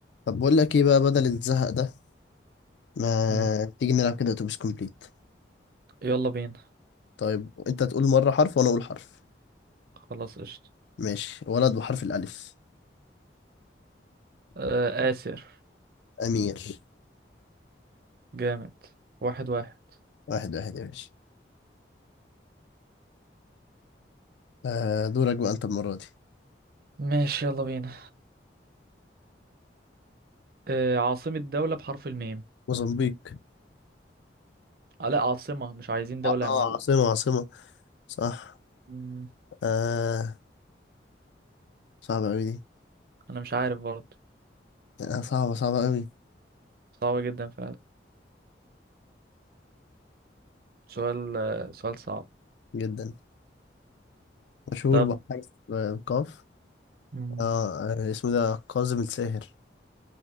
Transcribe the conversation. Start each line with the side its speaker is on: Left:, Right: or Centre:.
Left: طب بقول لك ايه بقى بدل الزهق ده ما
Right: مم.
Left: تيجي نلعب كده اتوبيس كومبليت
Right: يلا بينا
Left: طيب انت تقول مرة حرف وانا اقول حرف
Right: خلاص قشطة
Left: ماشي ولد بحرف الالف
Right: آه آسر
Left: امير
Right: جامد واحد واحد
Left: واحد واحد يا باشا آه دورك بقى انت المرة دي
Right: ماشي يلا بينا آه عاصمة دولة بحرف الميم
Left: موزمبيق
Right: آه لا عاصمة مش عايزين دولة
Left: ع- اه
Right: يا معلم
Left: عاصمة عاصمة صح
Right: مم.
Left: آه صعبة اوي دي
Right: أنا مش عارف برضه
Left: آه صعبة صعبة اوي
Right: صعبة جدا فعلا سؤال آه سؤال صعب
Left: جدا مشهور
Right: طب
Left: بحرف آه، القاف
Right: مم.
Left: آه, اه اسمه ده كاظم الساهر